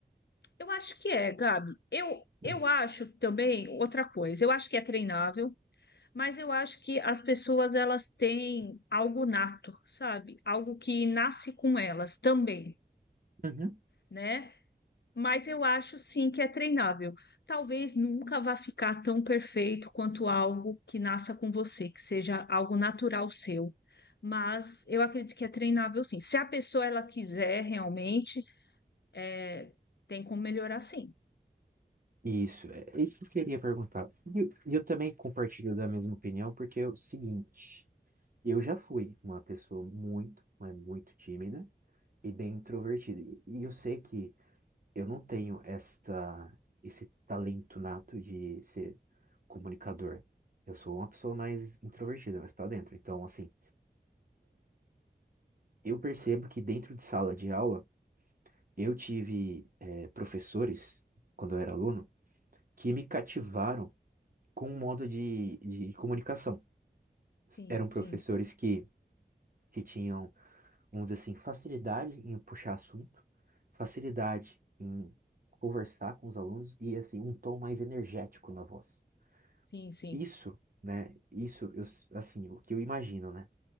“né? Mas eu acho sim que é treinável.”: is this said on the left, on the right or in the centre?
Left